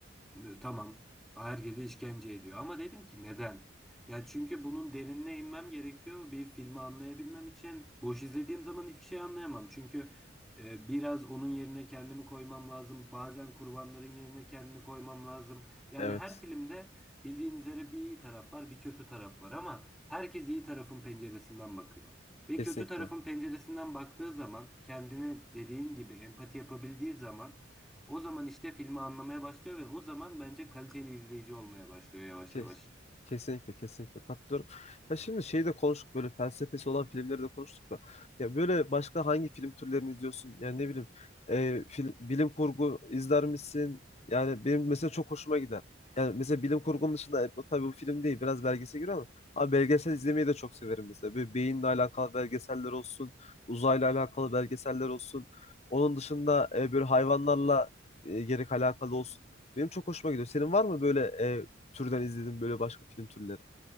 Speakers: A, in the centre; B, on the left (about 35°).
A: N- Tamam. Herkese işkence ediyor. Ama dedim ki neden? Ya çünkü bunun derinine inmem gerekiyor. Bir filmi anlayabilmem için. Boş izlediğim zaman hiçbir şey anlayamam. Çünkü e, biraz onun yerine kendimi koymam lazım. Bazen kurbanların yerine kendini koymam lazım. Yani
B: Evet.
A: her filmde bildiğin üzere bir iyi taraf var, bir kötü taraf var ama herkes iyi tarafın penceresinden bakıyor. Ve
B: Kesinlikle.
A: kötü tarafın penceresinden baktığı zaman kendine dediğin gibi empati yapabildiği zaman o zaman işte filmi anlamaya başlıyor ve o zaman bence kaliteli izleyici olmaya başlıyor yavaş
B: Kes-
A: yavaş.
B: Kesinlikle kesinlikle katılıyorum. Ya şimdi şeyi de konuştuk böyle felsefesi olan filmleri de konuştuk da. Ya böyle başka hangi film türlerini izliyorsun? Yani ne bileyim e, film, bilim kurgu izler misin? Yani benim mesela çok hoşuma gider. Yani mesela bilim kurgunun dışında e, bu tabii bu film değil biraz belgesel giriyor ama abi belgesel izlemeyi de çok severim mesela. Böyle beyinle alakalı belgeseller olsun, uzayla alakalı belgeseller olsun. Onun dışında e, böyle hayvanlarla e, gerek alakalı olsun. Benim çok hoşuma gidiyor. Senin var mı böyle e, türden izledim böyle başka film türleri.